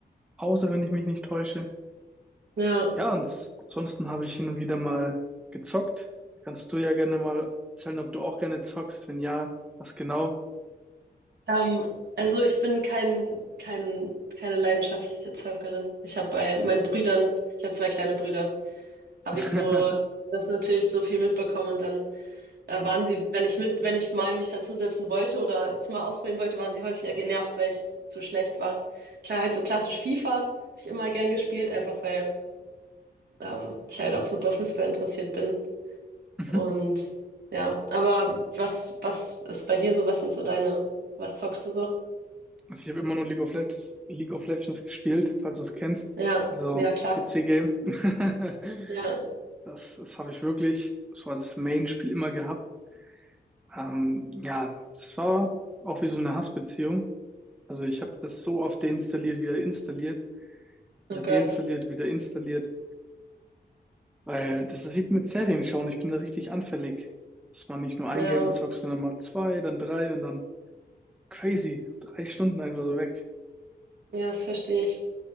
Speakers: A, in the centre; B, on the right.
A: Pause, wenn ich mich nicht täusche.
B: Ja.
A: Ja, und s- ansonsten habe ich hin und wieder mal gezockt. Kannst du ja gerne mal erzählen, ob du auch gerne zockst. Wenn ja, was genau?
B: Ähm, also ich bin kein, kein, keine leidenschaftliche Zockerin. Ich habe bei meinen Brüdern, ich habe zwei kleine Brüder, habe
A: <laughs>
B: ich so das natürlich so viel mitbekommen und dann äh, waren sie, wenn ich mit, wenn ich mal mich dazusetzen wollte oder es mal ausprobieren wollte, waren sie häufig eher genervt, weil ich zu schlecht war. Klar, halt so klassisch FIFA habe ich immer gern gespielt, einfach weil ähm, ich halt auch super Fußball interessiert bin.
A: Mhm.
B: Und ja, aber was, was ist bei dir so? Was sind so deine, was zockst du so?
A: Also ich habe immer nur League of Legends, League of Legends gespielt, falls du es kennst.
B: Ja,
A: Also
B: ja, klar.
A: PC-Game. <laughs>
B: Ja.
A: Das, das habe ich wirklich so als Main-Spiel immer gehabt. Ähm, ja, das war auch wie so eine Hassbeziehung. Also ich habe das so oft deinstalliert, wieder installiert, wieder
B: Oh Gott.
A: deinstalliert, wieder installiert, weil das ist wie mit Serien schauen. Ich bin da richtig anfällig, dass man nicht nur ein
B: Ja,
A: Game zockt, sondern mal zwei, dann drei und dann crazy, drei Stunden einfach so weg.
B: ja, das verstehe ich.